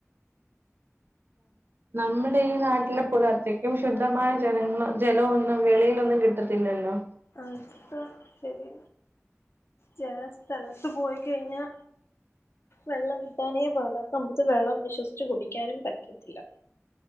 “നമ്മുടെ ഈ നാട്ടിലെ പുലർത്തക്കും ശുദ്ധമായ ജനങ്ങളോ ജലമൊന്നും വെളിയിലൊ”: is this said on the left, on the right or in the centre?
Right